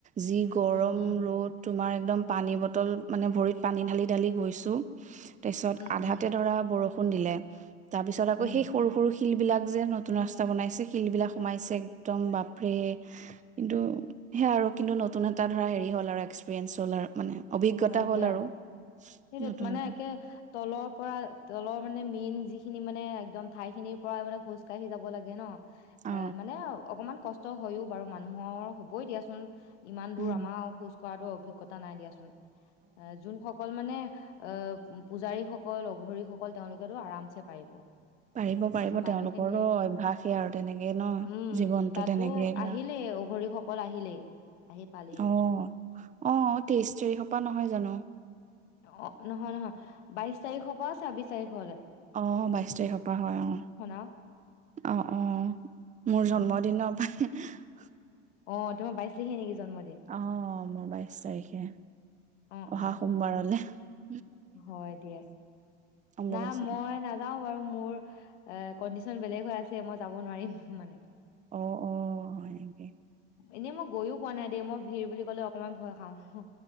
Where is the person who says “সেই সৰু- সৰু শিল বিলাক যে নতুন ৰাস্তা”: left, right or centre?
Right